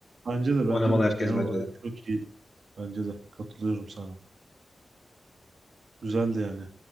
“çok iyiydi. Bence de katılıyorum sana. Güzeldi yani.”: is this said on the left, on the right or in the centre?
Right